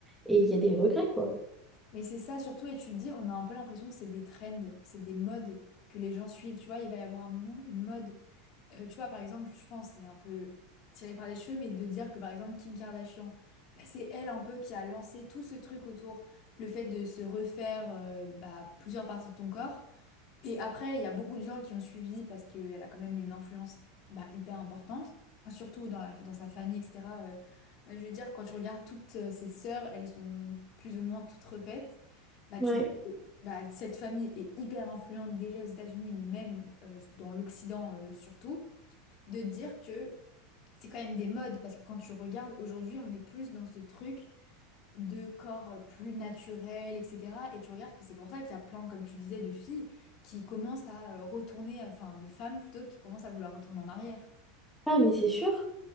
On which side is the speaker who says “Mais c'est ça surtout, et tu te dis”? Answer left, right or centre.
Left